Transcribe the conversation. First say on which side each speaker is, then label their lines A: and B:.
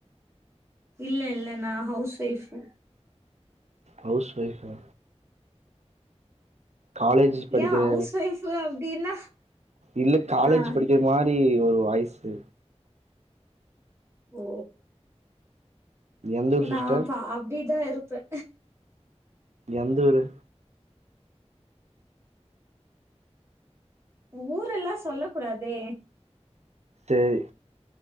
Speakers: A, on the right; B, on the right.
A: இல்ல இல்ல நா ஹவுஸ் வைய்ஃபு
B: ஹவுஸ் வைய்ஃபா காலேஜ் படிக்கிற
A: ஏ அவுஸ் வைய்ஃபு அப்டின்னா
B: இல்ல காலேஜ்
A: ஆ
B: படிக்கிற மாரீ ஒரு வாய்ஸு
A: ஓ
B: எந்த ஊர்
A: நா
B: சிஸ்டர்
A: பா அப்டிதா இருப்பே
B: எந்தூரு
A: ஊரெல்லா சொல்லக்குடாதே
B: சேரி